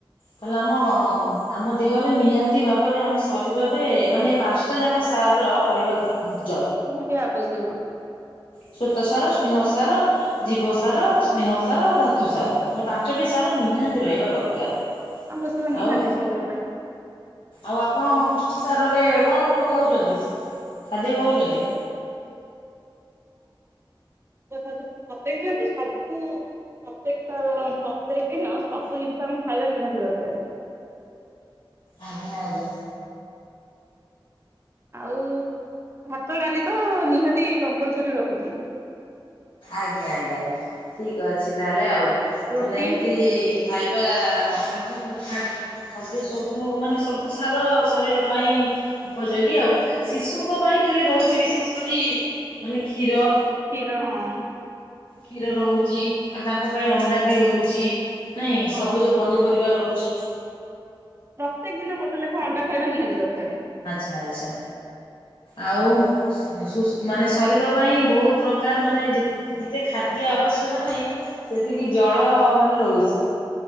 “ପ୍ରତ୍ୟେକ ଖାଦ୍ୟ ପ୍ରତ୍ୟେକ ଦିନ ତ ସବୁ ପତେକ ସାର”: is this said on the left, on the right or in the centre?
Right